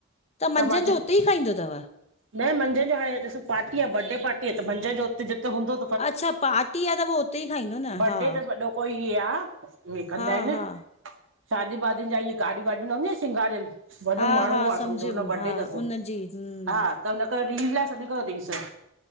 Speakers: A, on the left (about 30°); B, on the right (about 70°).
A: त मंझंन
B: मां चयो
A: जो उते ई खाईंदो अथव?
B: न मंझंदि जो हाणे ॾिसु, पार्टी आहे बडे पार्टी आहे त मंझदि जो हुते जिते हूंदो
A: अच्छा पार्टी आहे, त उह उते ई खाईंदो न।
B: बर्डे
A: हा
B: तसि वॾो कोई आह, ऊहे कंदा
A: हा
B: आहिनि।
A: हा
B: शादी- वादिनि जा, उसे गाड़ी वाड़ी न हुदन <unintelligible> सींगारियलु, वॾो
A: हा
B: माण्हू
A: हा
B: आह,
A: समझियमि
B: सम्झो हुन जो
A: हा
B: बडे अथसि।
A: उनजी हम्म
B: त हुन करे रील लाइ, सॾु कयो तईं सि